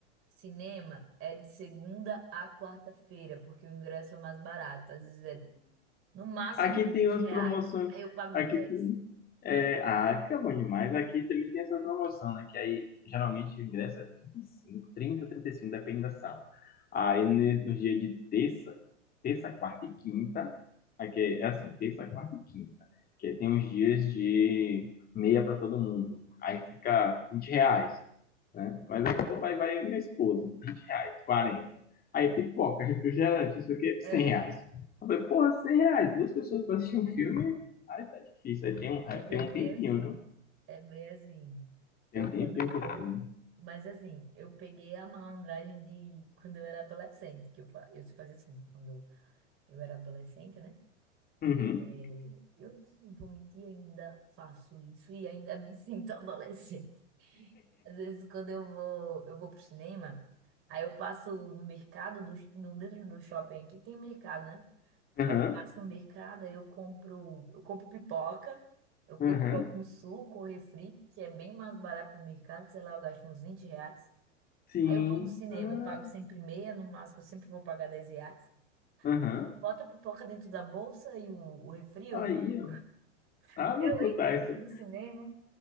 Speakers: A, on the right; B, on the left.
A: cinema é de segunda a quarta-feira, porque o ingresso é mais barato, às vezes é no máximo
B: Aqui
A: 20
B: tem umas
A: reais,
B: promoções.
A: aí eu pago
B: Aqui
A: dez.
B: tem. é, ah, fica bom demais. Aqui também tem essa promoção, né? Que aí geralmente o ingresso é trinta, e cinco, trinta trinta e cinco, depende da sala. Aí ne- nos dias de terça, terça, quarta e quinta, aqui é, é assim, terça, quarta e quinta, que aí tem uns dias de meia para todo mundo. Aí fica 20 reais, né? Mas aí quando vai, vai minha esposa, 20 reais, 40. Aí pipoca, refrigerante, não sei o quê, 100
A: É.
B: reais. Eu falei, porra, 100 reais, duas pessoas pra assistir um filme, aí tá difícil, aí tem um, aí
A: Mas
B: tem
A: é bem
B: um tempinho,
A: assim,
B: viu?
A: é bem assim. Eu
B: Tem um tempinho
A: quando
B: que
A: vou,
B: eu fui.
A: mas assim, eu peguei a malandragem de quando eu era adolescente, que eu, fa- eu fazia assim, quando eu era adolescente, né?
B: Uhum,
A: É, eu não vou mentir, ainda faço isso e ainda me <laughs> sinto adolescente. Às vezes quando eu vou, eu vou pro cinema, aí eu passo no mercado, do, no, dentro do shopping aqui tem mercado, né? Aí
B: aham,
A: eu passo no mercado, aí eu compro, eu compro pipoca, eu compro
B: aham,
A: algum suco ou refri, que é bem mais barato no mercado, sei lá, eu gasto uns 20 reais.
B: sim,
A: Aí eu vou no cinema,
B: ah,
A: eu pago sempre meia, no máximo eu sempre vou pagar 10 reais.
B: aham,
A: Bota a pipoca dentro da bolsa e o, o refri
B: aí,
A: ou o suco.
B: ó. Ah, vou
A: Eu
B: contar
A: entro dentro
B: isso.
A: do cinema.